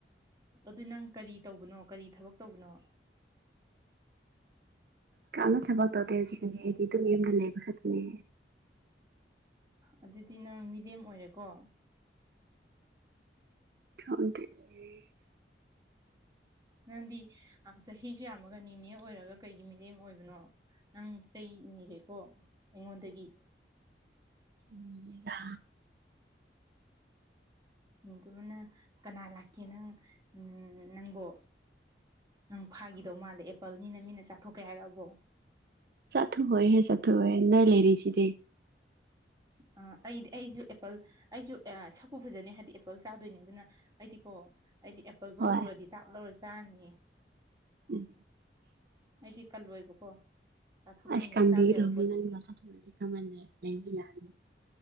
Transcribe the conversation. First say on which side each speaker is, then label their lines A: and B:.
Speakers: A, on the right (about 20°); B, on the right (about 55°).
A: ꯑꯗꯨ ꯅꯪ ꯀꯔꯤ ꯇꯧꯕꯅꯣ ꯀꯔꯤ ꯊꯕꯛ ꯇꯧꯕꯅꯣ
B: ꯀꯥꯝꯅ ꯊꯕꯛ ꯇꯧꯗꯦ ꯁꯤꯗꯗꯤ ꯑꯩꯗꯤ ꯑꯗꯨꯝ ꯌꯨꯝꯗ ꯂꯩꯕ ꯈꯛꯇꯅꯦ
A: ꯑꯗꯨꯗꯤ ꯅꯪ ꯃꯤꯔꯦꯝ ꯑꯣꯏꯔꯦꯀꯣ
B: ꯈꯪꯗꯦꯑꯩ
A: ꯅꯪꯗꯤ ꯆꯍꯤꯁꯨ ꯌꯥꯝꯃꯒ ꯅꯤꯅꯦ ꯑꯣꯏꯔꯒ ꯀꯩꯒꯤ ꯃꯤꯔꯦꯝ ꯑꯣꯏꯕꯅꯣ ꯅꯪ ꯆꯩ ꯅꯤꯔꯦꯀꯣ ꯑꯩꯉꯣꯟꯗꯒꯤ
B: ꯅꯤꯗꯦꯗ
A: ꯏꯟꯗꯨꯅ ꯀꯅꯥ ꯂꯥꯛꯀꯦ ꯅꯪ ꯎ ꯅꯪꯕꯣ ꯅꯪ ꯐꯥꯈꯤꯗꯧ ꯃꯥꯜꯂꯦ ꯑꯦꯄꯜꯅꯤꯅ ꯃꯤꯅ ꯆꯥꯊꯣꯛꯀꯦ ꯍꯥꯏꯔꯛꯑꯕꯣ
B: ꯆꯤꯊꯣꯛꯑꯣꯏ ꯍꯦ ꯆꯥꯊꯣꯛꯑꯣꯏ ꯅꯣꯢ ꯂꯩꯔꯤꯁꯤꯗꯤ
A: ꯑ ꯑꯩꯗꯤ ꯑꯩꯁꯨ ꯑꯦꯄꯜ ꯑꯩꯁꯨ ꯁꯛꯄꯨ ꯐꯖꯅꯤ ꯍꯥꯏꯔꯗꯤ ꯑꯦ ꯑꯦꯄꯜ ꯆꯥꯗꯣꯏꯅꯦ ꯑꯗꯨꯅ ꯑꯩꯗꯤꯀꯣ ꯑꯩꯗꯤ ꯑꯦꯄꯦꯜꯕꯨ
B: ꯍꯣꯏ
A: ꯍꯦꯛ ꯎꯔꯗꯤ ꯇꯥꯞ ꯂꯧꯔ ꯆꯥꯔꯅꯤꯌꯦ
B: ꯎꯝ
A: ꯑꯩꯗꯤ ꯀꯜꯂꯣꯏꯕꯀꯣ ꯆꯥꯊꯣꯛꯀꯅꯤꯕ
B: ꯑꯁ ꯀꯟꯕꯤꯒꯗꯧꯕꯅꯤ
A: ꯆꯥꯕ ꯌꯥꯕ ꯄꯣꯠꯇꯤ
B: ꯅꯪꯅ ꯆꯥꯊꯣꯛꯂꯗꯤ ꯀꯔꯝ ꯃꯥꯢꯅ ꯂꯩꯃꯤꯟꯅ ꯌꯥꯅꯤ